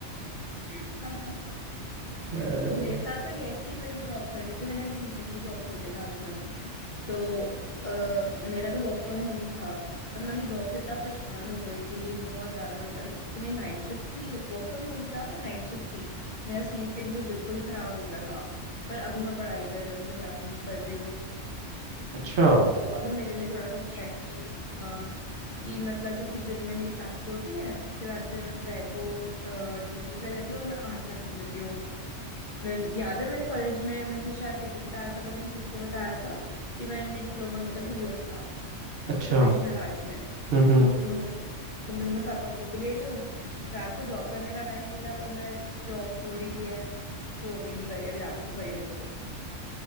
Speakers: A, on the left; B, on the right.
A: बैठ <laughs>
B: अ,
A: मेरे साथ तो ये है कि मैं जॉब कर रही थी मैंने अभी रिसेंटली जॉब छोड़ी लास्ट मंथ तो आ, मेरा तो वर्क फ्रॉम होम ही था पर मैं अपनी जॉब से इतना परेशान हो गई थी बहुत ज्यादा मतलब एक तो मेरी नाइट शिफ्ट थी वर्क फ्रॉम होम ही था पर नाइट शिफ्ट थी मेरा स्लीप शेड्यूल बिल्कुल खराब हो गया था पर अभी मैं पढ़ाई कर रही हूँ अभी मैं जापानीज पढ़ रही हूँ
B: अच्छा
A: तो अभी मेरे लिए थोड़ा सा अच्छा है अच्छा कि हाँ कि मतलब क्योंकि दिन में मेरी क्लासेस होती हैं उसके बाद फिर मैं दोपहर को ट्यूशन ले लेती हूँ और मैं आर्ट क्लासेस लेती हूँ मैं याद है मैंने कॉलेज में मैंने शायद तेरे को बताया था पता नहीं किसको बताया था कि मैंने डिप्लोमा किया था टू इयर्स का
B: अच्छा
A: प्रोफेशनल आर्ट्स में
B: हम्म
A: तो वो भी मैं भाई तो भी मैं साथ साथ वो भी ले रही हूँ रात को जॉब करने का टाइम होता है पर मैं जॉब छोड़ ही दिया है तो वो भी नहीं करी अभी रात को पढ़ लेती हूँ